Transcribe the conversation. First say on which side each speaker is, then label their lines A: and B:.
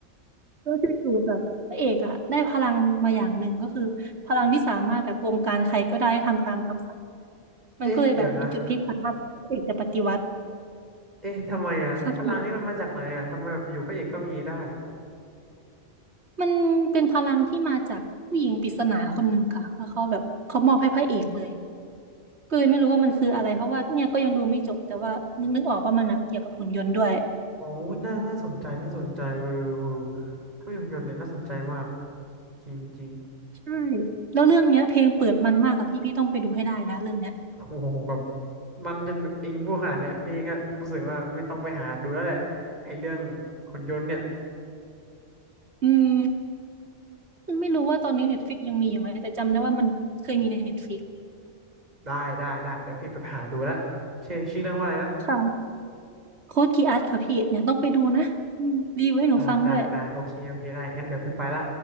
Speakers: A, on the right; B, on the right.
A: แล้วจู่ๆแบบพระเอกอะได้พลังมาอย่างหนึ่งก็คือพลังที่สามารถแบบบงการใครก็ได้ให้ทำตามคำสั่ง
B: เอ๊ะเดี๋ยวนะ
A: มันก็เลยแบบเป็นจุดพลิกผันว่าพระเอกจะปฏิวัติ
B: เอ๊ะทำไมอ่ะพลังนี่มันมาจากไหนอ่ะทำไมแบบอยู่พระเอกก็มีได้อะ
A: ค่ะพี่มันเป็นพลังที่มาจากผู้หญิงปริศนาคนหนึ่งค่ะแล้วเขาแบบเขามอบให้พระเอกเลยก็เลยไม่รู้ว่ามันคืออะไรเพราะว่าเนี่ยก็ยังดูไม่จบแต่ว่านึกนึกออกว่ามันอะเกี่ยวกับหุ่นยนต์ด้วย
B: อ๋ออุ้ยน่าน่าสนใจน่าสนใจเออเออถ้ามีหุ่นยนต์เนี่ยน่าสนใจมากจริงจริง
A: ใช่แล้วเรื่องเนี้ยเพลงเปิดมันมากค่ะพี่พี่ต้องไปดูให้ได้นะเรื่องเนี้ย
B: โอ้โหแบบมันจนเองผู้ขนาดเนี่ยพี่ก็รู้สึกว่ามันต้องไปหาดูแล้วแหละไอ้เรื่องหุ่นยนต์เนี่ย
A: อืมไม่รู้ว่าตอนนี้เน็ตฟิกยังมีอยู่ไหมแต่จำได้ว่ามันเคยมีในเน็ตฟิก
B: ได้ได้ได้เดี๋ยวพี่ไปหาดูละชื่อชื่อเรื่องว่าอะไรนะ
A: ค่ะโค้ดคีอัสค่ะพี่เนี่ยต้องไปดูนะอืมรีวิวให้หนูฟังด้วย
B: ได้ได้ได้โอเคโอเคได้งั้นเดี๋ยวพี่ไปละ